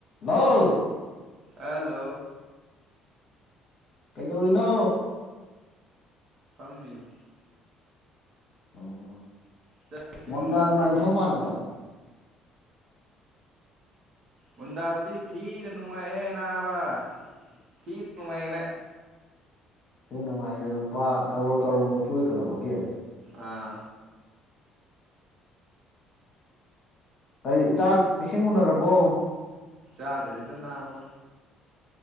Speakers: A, on the left; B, on the right.
A: hello
B: hello
A: ꯀꯩꯗꯧꯔꯤꯅꯣ
B: ꯐꯝꯃꯤꯨ
A: ꯎꯝ
B: ꯆꯥꯛ ꯏꯁꯤꯡ
A: ꯃꯟꯗꯥ
B: ꯎꯅꯈ꯭ꯔꯕꯣ
A: ꯅꯅꯨꯡꯉꯥꯏ ꯐ ꯃꯥꯂꯗ
B: ꯑꯣꯟꯗꯥꯕꯨꯗꯤ ꯊꯤꯗ ꯅꯨꯡꯉꯥꯏ ꯑꯦꯦꯅꯥꯕ ꯇꯤ ꯃꯥꯏꯔꯦ
A: ꯑꯇꯩ ꯅꯨꯡꯉꯥꯏꯈ꯭ꯔꯦ ꯂꯨꯄꯥ ꯀꯣꯔ ꯀꯔꯣꯔ ꯃꯨꯛꯛꯇꯨ ꯑꯣꯏꯈꯠꯂꯛꯄꯒꯦ
B: ꯑꯥ <inaudible>
A: ꯑꯩ ꯆꯥꯛ ꯏꯁꯤꯡ ꯎꯅꯔꯕꯣ
B: ꯆꯥꯗ꯭ꯔꯤꯗ ꯅꯥꯕ